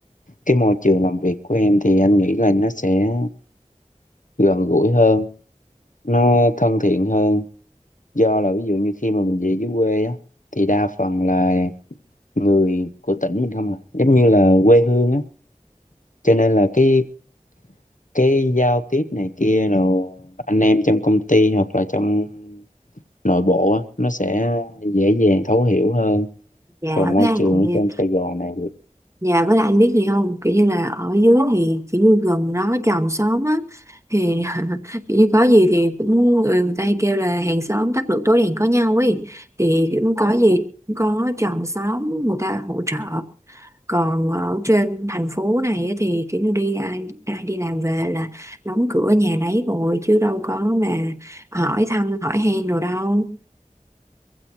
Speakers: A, on the left; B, on the right.
A: cái môi trường làm việc của em thì anh nghĩ là nó sẽ gần gũi hơn nó thân thiện hơn do là ví dụ như khi mà mình về dưới quê á thì đa phần là người của tỉnh mình không à giống như là quê hương á cho nên là cái cái giao tiếp này kia rồi anh em trong công ty hoặc là trong nội bộ á nó sẽ dễ dàng thấu hiểu hơn
B: dạ
A: còn môi
B: với lại
A: trường ở trên Sài Gòn này thì
B: Dạ với lại anh biết gì không kiểu như là ở dưới thì kiểu như gần đó chòm xóm á thì <laughs> kiểu như có gì thì cũng người, người ta hay kêu là hàng xóm tắt lửa tối đèn có nhau ấy thì cũng có gì cũng có chòm xóm người ta hỗ trợ còn ở trên thành phố này á, thì kiểu như đi ai, ai đi làm về là đóng cửa nhà nấy rồi chứ đâu có mà hỏi thăm hỏi han rồi đâu